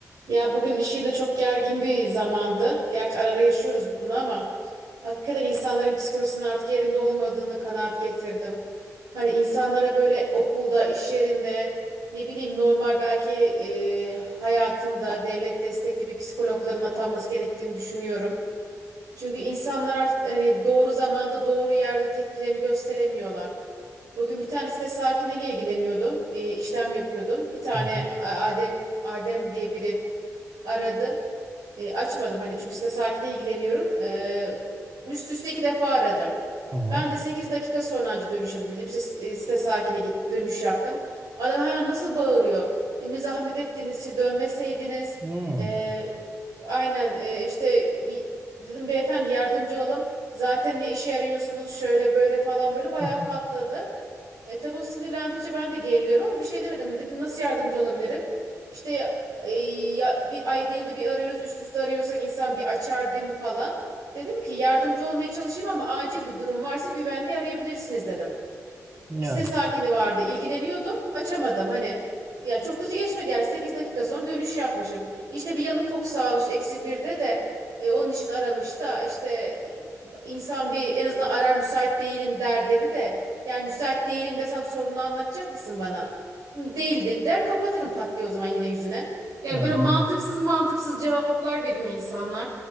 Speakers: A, on the right (about 90°); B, on the right (about 40°).
A: Ya bugün iş yerine çok gergin bir zamandı. Gerçi ara ara yaşıyoruz bunu ama hakikaten insanların psikolojisinin artık yerinde olmadığını kanaat getirdim. Hani insanlara böyle okulda, iş yerinde, ne bileyim normal belki e, hayatında devlet destekli bir psikologların atanması gerektiğini düşünüyorum. Çünkü insanlar artık hani doğru zamanda doğru yerde tepkilerini gösteremiyorlar. Bugün bir tane site sakiniyle ilgileniyordum. e, işlem yapıyordum. Bir tane
B: Hı hı.
A: A- Adem Adem diye biri aradı. E, açmadım hani çünkü site sakiniyle ilgileniyorum. E, üst üste iki defa aradı.
B: Aha.
A: Ben de 8 dakika sonra anca dönüş yapabildim. İşte e, site sakini gitti dönüş yaptım. Adam hemen nasıl bağırıyor. E, mi zahmet ettiniz, işte dönmeseydiniz.
B: Hmm.
A: E, Aynen e, işte bir dedim beyefendi yardımcı olalım. Zaten ne işe yarıyorsunuz şöyle böyle falan böyle bayağı
B: Hı.
A: patladı. E tabi o sinirlendikçe ben de geriliyorum ama bir şey demedim mi? Dedim nasıl yardımcı olabilirim? İşte e, ya, bir ayda yılda bir arıyoruz üst üste arıyorsak insan bir açar değil mi falan. Dedim ki yardımcı olmaya çalışayım ama acil bir durum varsa güvenliği arayabilirsiniz dedim.
B: Yani,
A: Bir site sakini vardı. ilgileniyordum. Açamadım hani. Ya çok da geçmedi yani 8 dakika sonra dönüş yapmışım. İşte bir yanık kokusu almış eksi birde de e, onun için aramış da işte e, insan bir en azından arar müsait değilim der dedi de yani müsait değilim desem sorununu anlatacak mısın bana? Hı, Değil dedi der kapatırım pat diye o zaman yine yüzüne. Yani
B: yani
A: böyle mantıksız mantıksız cevaplar veriyor insanlar.